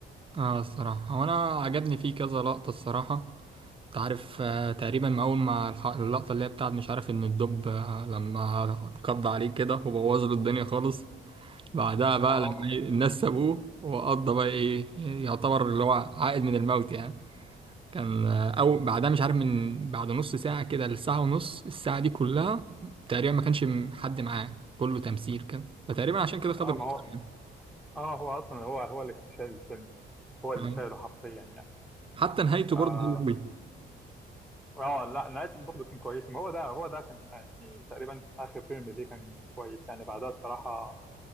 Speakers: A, on the right; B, in the centre.
A: اه الصراحة هو انا عجبني فيه كذا لقطة الصراحة انت عارف آه تقريبا ما اول ما الح- اللقطة اللي هي بتاعت مش عارف ان الدب آه لما قضى عليه كده وبوظ له الدنيا خالص بعدها بقى
B: اه
A: لما ي- الناس سابوه وقضى بقى ايه يعتبر اللي هو عائد من الموت يعني كان آه او بعدها مش عارف من بعد نص ساعة كده لساعة ونص الساعة دي كلها تقريبا ما كانش م- حد معاه كله تمثيل كان فتقريبا عشان كده خد
B: اه
A: الأوسكار
B: آه، ما هو
A: يعني
B: اه هو اصلا هو هو اللي كان شايل الفيلم هو اللي
A: آه.
B: شايله حرفيا يعني
A: حتى نهايته برضه
B: اه
A: حلوه قوي
B: اه آه، لا نهايته برضه كان كويسه ما هو ده هو ده كان آه، يعني تقريبا اخر فيلم ليه كان كويس يعني بعدها الصراحه